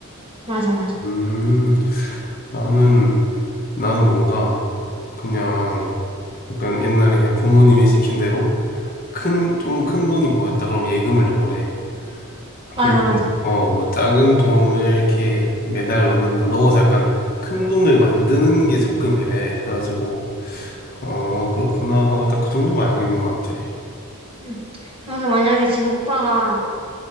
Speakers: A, on the right; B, on the left.
A: 맞아, 맞아.
B: 음, 나는, 나는 뭔가, 그냥, 약간 옛날에 그냥 부모님이 시킨 대로 큰, 좀 큰 돈이 모였다. 그럼 예금을 넣으래.
A: 맞아,
B: 그리고
A: 맞아.
B: 어, 뭐 작은 돈을 이렇게 매달 넣는다. 넣어서 약간 큰 돈을 만드는 게 적금이래. 그래가지고 어, 그렇구나 하고 딱 그 정도만 알고 있는 것 같아.
A: 응. 그래서 만약에 지금 오빠가